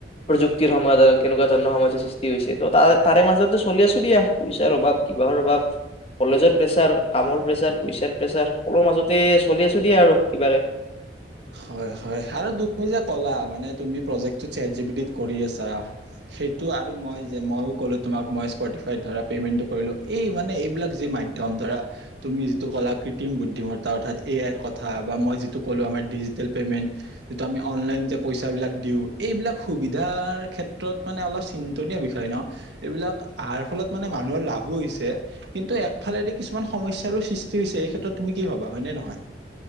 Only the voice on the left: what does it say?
প্ৰযুক্তিৰ সময়ত আৰু কেনেকুৱা ধৰণৰ সমস্যাৰ সৃষ্টি হৈছে ত তাৰে তাৰে মাজতে চলি আছো দিয়া পইচাৰ অভাৱ কিবাহৰ অভাৱ কলেজৰ প্ৰেচাৰ কামৰ প্ৰেচাৰ পইচাৰ প্ৰেচাৰ সকলোৰে মাজতে চলি আছো দিয়া আৰু কিবাকে।